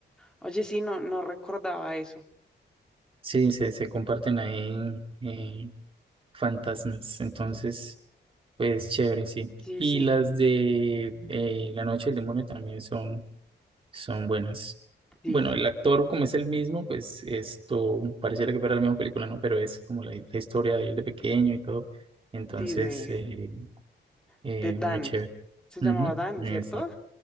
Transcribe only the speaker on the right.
sí, se, se comparten ahí eh, fantasmas. Entonces, pues chévere, sí.
Y
las de eh, La Noche del Demonio también son, son buenas.
Bueno, el actor como es el mismo, pues esto pareciera que fuera la misma película, ¿no? Pero es como la, la historia de él de pequeño y todo. Entonces,
eh, eh,
muy chévere.
Ujú,
eso.